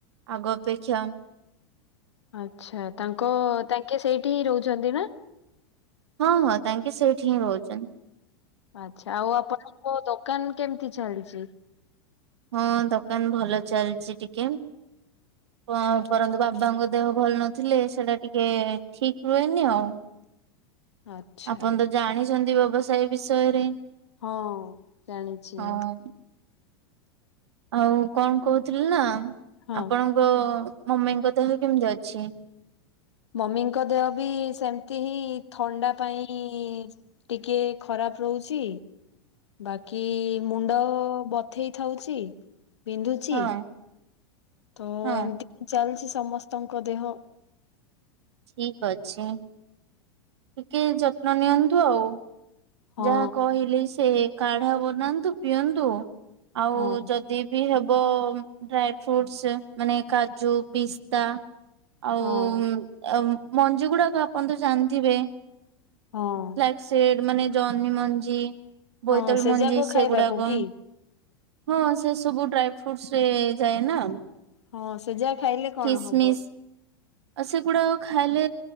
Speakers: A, on the right; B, on the left.
A: ଆଗ ଅପେକ୍ଷା
B: ଆଚ୍ଛା ତାଙ୍କ ତାଙ୍କେ ସେଇଠି ରୋହୁଚନ୍ତି ନାଁ?
A: ହଁ ହଁ ତାଙ୍କେ ସେଇଠି ହିଁ ରହୁଚନ୍ତି।
B: ଆଚ୍ଛା ଆଉ ଆପଣଙ୍କ ଦୋକାନ କେମିତି ଚାଲିଚି?
A: ହଁ ଦୋକାନ ଭଲ ଚାଲିଚି ଟିକେ କଣ ପରନ୍ତୁ ବାବାଙ୍କ ଦେହ ଭଲ ନଥିଲେ ସେଟା ଟିକେ ଠିକ୍ ରୁହେନି ଆଉ।
B: ଆଚ୍ଛା
A: ଆପଣ ତ ଜାଣିଛନ୍ତି ବ୍ୟବସାୟ ବିଷୟରେ।
B: ହଁ ଜାଣିଚି।
A: ହଁ। ଆଉ କଣ କହୁଥିଲି ନା
B: ହଁ।
A: ଆପଣଙ୍କ ମମି ଙ୍କ ଦେହ କେମିତି ଅଛି?
B: ମମିଙ୍କ ଦେହ ବି ସେମିତି ହିଁ ଥଣ୍ଡା ପାଇଁ ଟିକେ ଖରାପ ଖରା ରହୁଛି ବାକି ମୁଣ୍ଡ ବଥେଇ ଥାଉଛି ବିନ୍ଧୁଛି
A: ହଁ
B: ତ
A: ହଁ
B: ଏମିତି ଚାଲିଛି ସମସ୍ତଙ୍କ ଦେହ
A: ଠିକ୍ ଅଛି। ଟିକେ ଯତ୍ନ ନିଅନ୍ତୁ ଆଉ
B: ହଁ
A: ଯାହା କହିଲି ସେ କାଢା ବନାନ୍ତୁ ପିଅନ୍ତୁ ଆଉ
B: ହଁ
A: ଯଦି ବି ହେବ ବ ଡ୍ରାଇ ଫ୍ରୁଟଶୁ ମାନେ କାଜୁ, ପିସ୍ତା ଆଉ
B: ହଁ
A: ମଞ୍ଜିଗୁଡାକ ଆପଣ ତ ଜାଣିଥିବେ
B: ହଁ।
A: ବ୍ଲାକ ସିଡ୍ ମାନେ ଜହନି ମଞ୍ଜି। ବୋଇତାଳୁ
B: ହଁ ସେଯାକ
A: ମଞ୍ଜି ସେଗୁଡ଼ାକ।
B: ଖାଇବାକୁ କି
A: ହଁ ସେ ସବୁ ଡ୍ରାଇ ଫ୍ରୁଟସ ରେ ଯାଏ ନା।
B: ହଁ ସେଜା ଖାଇଲେ କଣ
A: କିସମିସ
B: ହବ?
A: ଆଉ ସେଗୁଡା ଖାଇଲେ